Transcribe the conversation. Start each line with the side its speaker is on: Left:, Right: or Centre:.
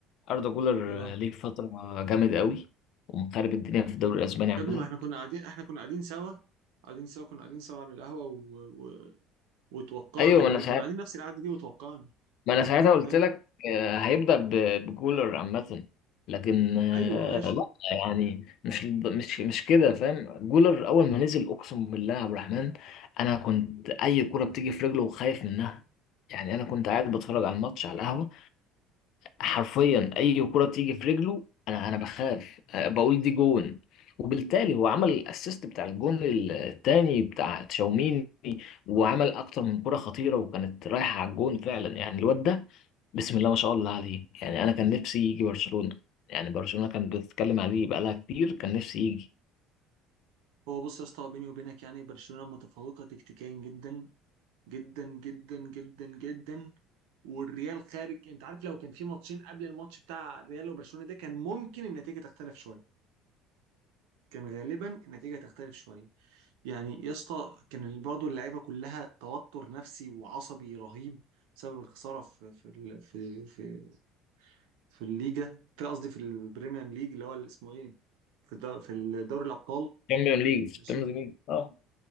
Left: أردا كولر
Right: اه
Left: آه، ليه فترة جامد قوي ومخرب الدنيا في الدوري الأسباني عامة
Right: يا ابني ما احنا كنا قاعدين احنا كنا قاعدين سوا قاعدين سوا كنا قاعدين سوا على القهوة و... و... وتوقعنا
Left: أيوه ما
Right: برضه
Left: أنا ساعات
Right: كنا قاعدين نفس القعدة دي وتوقعنا
Left: ما انا ساعتها قلت
Right: فاهم
Left: لك آه، هيبدأ ب- بكولر عامة لكن آه،
Right: ايوه ماشي
Left: لا يعني مش مش مش كده فاهم جولر اول ما نزل اقسم بالله يا عبد الرحمن انا كنت اي كرة بتيجي في رجله خايف منها يعني انا كنت قاعد بتفرج على الماتش على القهوة حرفيا اي كرة تيجي في رجله انا انا بخاف آه، بقول دي جون وبالتالي هو عمل الاسيست بتاع الجون الثاني بتاع تشاوميني وعمل اكتر من كرة خطيرة وكانت رايحة على الجون فعلا يعني الواد ده بسم الله ما شاء الله عليه يعني انا كان نفسي يجي برشلونة يعني برشلونة كان بتتكلم عليه بقالها كتير كان نفسي يجي
Right: هو بص يا اسطى بيني وبينك يعني برشلونة متفوقة تكتيكيا جدا جدا جدا جدا جدا والريال خارج انت عارف لو كان في ماتشين قبل الماتش بتاع الريال وبرشلونة ده كان ممكن النتيجة تختلف شوية كان غالبا النتيجة تختلف شوية يعني يا اسطى كان برضه اللعيبه كلها توتر نفسي وعصبي رهيب بسبب الخساره في في ال- في في, في الليجا في قصدي في البريمير ليج اللي هو اللي اسمه ايه في الد- في دوري الابطال
Left: تشامبيون ليج في
Right: ماشي
Left: التشامبيون ليج اه